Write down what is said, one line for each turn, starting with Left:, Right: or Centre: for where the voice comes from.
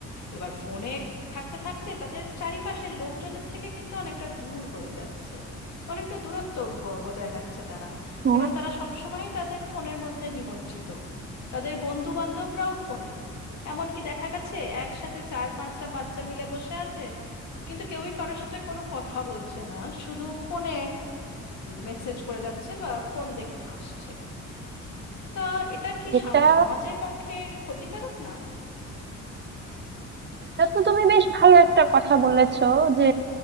Left: এবার ফোনে থাকতে থাকতে তাদের চারিপাশের লোকজনের থেকে কিন্তু অনেকটা দূর হয়ে যাচ্ছে অনেকটা দূরত্ব ব- বজায় রাখছে তারা
Right: হ্যাঁ
Left: কারণ তারা সবসময় তাদের ফোনের মধ্যে নিমজ্জিত তাদের বন্ধু বান্ধবরাও ফোনে এমনকি দেখা গেছে একসাথে চার পাঁচটা বাচ্চা মিলে বসে আছে কিন্তু কেউই কারোর সাথে কোনো কথা বলছে না শুধু ফোনে মেসেজ করে যাচ্ছে বা ফোন দেখে হাসছে তা এটা কি
Right: এটা
Left: সা- সমাজের পক্ষে ক্ষতিকারক না
Right: এটা তো তুমি বেশ ভালো একটা কথা বলেছো যে